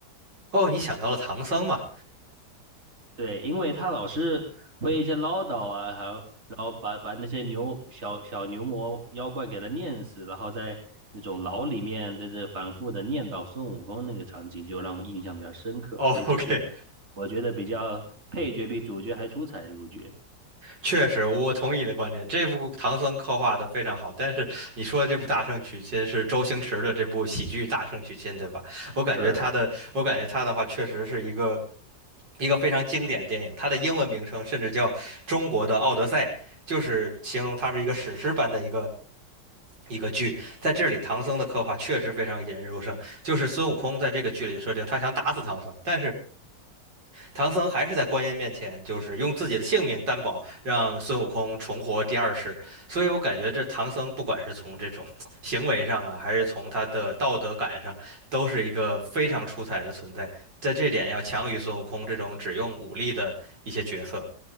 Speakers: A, on the right (about 85°); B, on the right (about 40°).
A: 哦，你想到了唐僧嘛？
B: 对，因为他老是会一些唠叨啊，还有然后把把那些牛小小牛魔妖怪给他念死，然后在那种牢里面在这反复的念叨孙悟空那个场景，就让我印象比较深刻。
A: 哦，OK，
B: 所以这是我觉得比较配角比主角还出彩的一部剧。
A: 确实，我同意你的观点。这部唐僧刻画的非常好，但是你说这部《大圣娶亲》是周星驰的这部喜剧《大圣娶亲》，对吧？我感觉他的，
B: 是的。
A: 我感觉他的话确实是一个一个非常经典的电影，它的英文名称甚至叫《中国的奥德赛》，就是形容它是一个史诗般的一个。一个剧，在这里唐僧的刻画确实非常引人入胜。就是孙悟空在这个剧里的设定，他想打死唐僧，但是唐僧还是在观音面前，就是用自己的性命担保，让孙悟空重活第二世。所以我感觉这唐僧不管是从这种行为上啊，还是从他的道德感上，都是一个非常出彩的存在，在这点要强于孙悟空这种只用武力的一些角色。